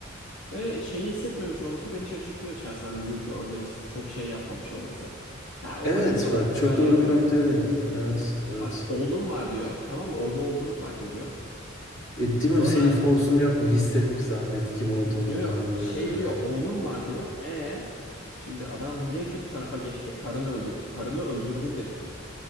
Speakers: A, on the left; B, on the left.
A: Ve şeyi hissetmemiş olması beni şaşırtıyor şahsen. Luke orada hiç- çok şey yapmamış olması. Ha ufak
B: Evet
A: da salaklıklar
B: bak çok doğru
A: yapıyor.
B: bir noktaya değindin. Evet evet.
A: Bak oğlum var diyor. Tamam mı? Oğlu olduğunu fark ediyor.
B: E, değil
A: Sonra
B: mi senin forsun yok mu? Hisset bir zahmet kim olduğunu
A: yo,
B: falan
A: yo, şey
B: böyle biraz.
A: diyor oğlum var diyor. E şimdi adam niye kötü tarafa geçti? Karını öldü, karını öldürdün dedi.